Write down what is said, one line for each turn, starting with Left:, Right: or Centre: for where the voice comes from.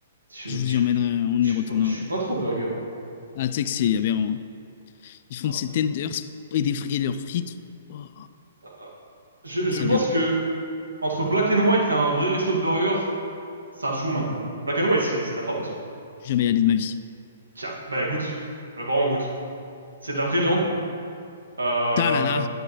Right: Je suis,
Left: Je vous
Right: je suis,
Left: y emmènerai, on
Right: je
Left: y
Right: suis
Left: retournera.
Right: pas, je suis pas trop burger. hein.
Left: Ah, tu sais que c'est aberrant. hein. Ils font
Right: Ah,
Left: de ces tenders et, des fri- et leurs frites. Oh,
Right: ah, Je, je
Left: c'est
Right: pense
Left: aberrant.
Right: que entre Black and White et un vrai resto de burger, ça joue maintenant. Black and White, c'est, c'est de la frappe aussi.
Left: Je suis jamais allé de ma vie.
Right: Tiens, bah goûte. Euh, Vraiment goûte. C'est de la vraie viande. Euh...
Left: Ta là là.